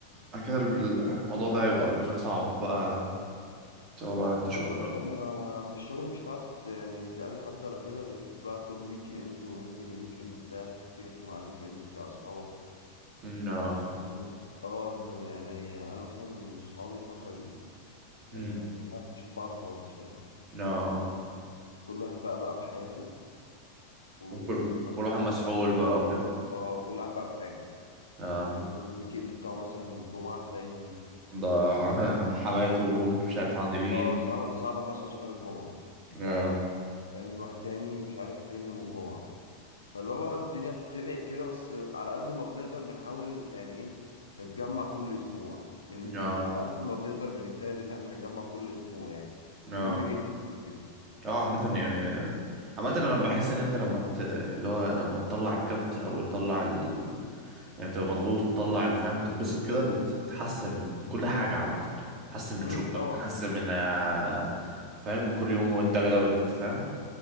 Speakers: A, on the right; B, on the left.
A: بعد كده ال- الموضوع ده يبقى بالنسبة لك صعب بقى سواء بقى انت
B: خلاص
A: شغل
B: بقى انت
A: ولا
B: ما في الشغل مش هتعرف ت- يعني تقابل حد ولا كده غير بقى كل ويك اند وممكن الويك اند بتاعك يختلف مع الويك اند بتاع اصحابك
A: أمم، لا انا فاهم
B: لأن- اه انت يعني انا مثلا اصحابي الفترة دي
A: أمم،
B: آه، مش بنعرف نشوف بعض خالص فاهم
A: لا اه
B: كل واحد بقى بقى في حياته ومثلا
A: وكل- والواحد مسحول
B: كل معظمنا
A: بقى وكده
B: اتجوز اه كل واحد بقى في حاجة
A: اه
B: اللي مثلا الويك اند بتاعه مثلا الجمعة تلاقي
A: ده <laughs> حماته واللي مش عارف عند مين
B: اه صعب صعبك اصلا شغال الجمعة
A: اه
B: فاهم واحد تاني مش عارف فين يوم الجمعة فاللي هو بقى الدنيا بتبعد كده بس على قد ما بنقدر بنحاول يعني ايه نتجمع كل اسبوع بن
A: اه
B: بن على قد ما بنقدر بنجتهد ان احنا نتجمع كل اسبوع يعني
A: اه
B: مهم جدا يعني كده
A: اه عامة يعني عامة انا بحس ان انت لما ت... اللي هو لما بتطلع الكبت او تطلع ال... يعني بتبقى مضغوط وتطلع الفهم تتبسط كده بت- بتتحسن من كل حاجة عامة تحسن من
B: امم
A: شغلك
B: طبعا
A: تحسن من آه، فاهم كل يوم وانت غدا بتفهم